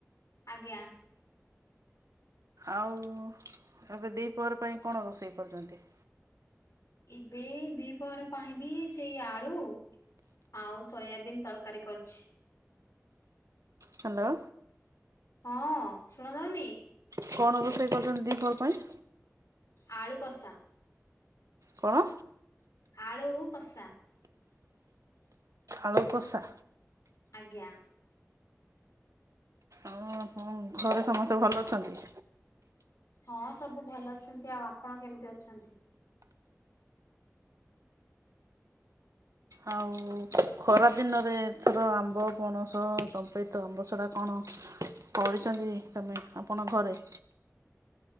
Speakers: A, on the left; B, on the right.
A: ଆଜ୍ଞା।
B: ଆଉ ଏବେ ଦିପହର ପାଇଁ କଣ ରୋଷେଇ କରିଛନ୍ତି?
A: ଏବେ ଦି ପହର ପାଇଁବି ସେଇ ଆଳୁ ଆଉ ସୋୟାବିନ୍ ତରକାରୀ କରିଛି।
B: ହ୍ୟାଲୋ।
A: ହଁ ଶୁଣା ଯାଉନି?
B: କଣ ରୋଷେଇ କରୁଛନ୍ତି ଦି ପାହର ପାଇଁ?
A: ଆଳୁ କଷା।
B: କଣ?
A: ଆଳୁ କଷା।
B: ଆଳୁ କଷା।
A: ଆଜ୍ଞା।
B: ଓହୋ! ଘରେ ସମସ୍ତେ ଭଲ ଅଛନ୍ତି?
A: ହଁ ସବୁ ଭଲ ଅଛନ୍ତି ଆଉ ଆପଣ କେମିତି ଅଛନ୍ତି?
B: ଆଉ ଖରାଦିନରେ ଏଥର ଆମ୍ବ, ପଣସ, ଚମ୍ପେଇତ ଆମ୍ବ ସଡ଼ା କଣ କଣ କରିଛନ୍ତି ତମେ ଆପଣ ଘରେ?